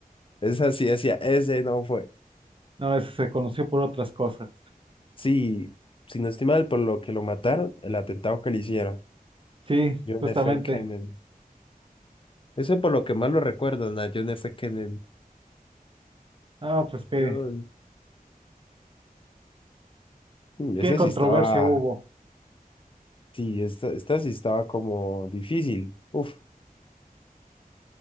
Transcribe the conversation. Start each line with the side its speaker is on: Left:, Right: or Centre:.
Left: Esa sí decía, ese no fue.
Right: No, eso se conoció por otras cosas.
Left: Sí, si no estoy mal, por lo que lo mataron, el atentado que le hicieron.
Right: Sí,
Left: John
Right: justamente.
Left: F. Kennedy. Ese por lo que más lo recuerdan, a John F. Kennedy.
Right: Ah, pues qué,
Left: John- Mm, Ese
Right: qué controversia
Left: sí estaba,
Right: hubo.
Left: sí, esta, esta sí estaba como difícil. Uf,